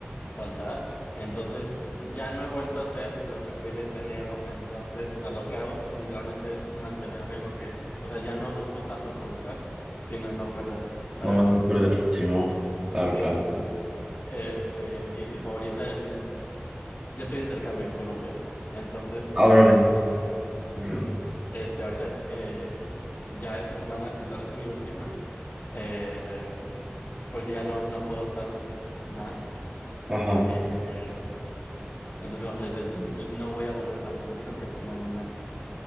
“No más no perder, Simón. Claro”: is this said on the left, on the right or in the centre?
Right